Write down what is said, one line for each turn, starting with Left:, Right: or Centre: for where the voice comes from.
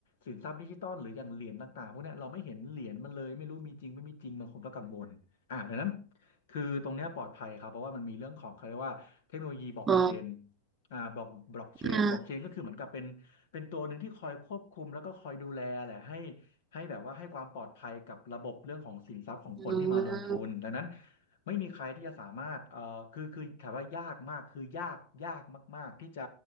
Left: สินทรัพย์ดิจิตอลหรืออย่างเหรียญต่างๆพวกเนี้ยเราไม่เห็นเหรียญมันเลยไม่รู้มีจริงไม่มีจริงบางคนก็กังวลอ่าดังนั้นคือตรงเนี้ยปลอดภัยครับเพราะว่ามันมีเรื่องของเขาเรียกว่าเทคโนโลยีบล็อกเชน
Right: อ๋อ
Left: อ่าบล็อกบล็อกเชนบล็อกเชนก็คือเหมือนกับเป็น
Right: อ่า
Left: เป็นตัวหนึ่งที่คอยควบคุมแล้วก็คอยดูแลแหละให้ให้แบบว่าให้ความปลอดภัยกับระบบเรื่องของสินทรัพย์ของคนที่มาลงทุนดังนั้น
Right: อืม
Left: ไม่มีใครที่จะสามารถเอ่อคือคือถามว่ายากมากคือยากยากมากๆที่จะ